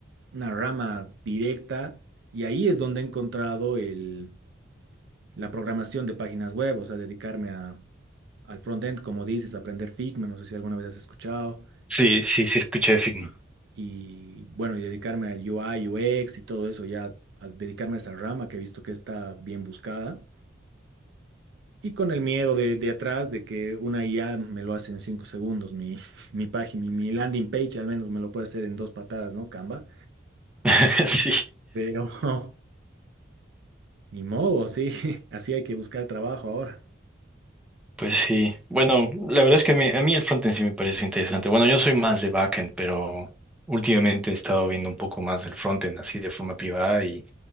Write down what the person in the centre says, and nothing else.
Sí, sí, sí, escuché de Figma.
<laughs> Sí.
Pues sí, bueno, la verdad es que a mí, a mí el frontend sí me parece interesante. Bueno, yo soy más de backend, pero últimamente he estado viendo un poco más del frontend así de forma privada y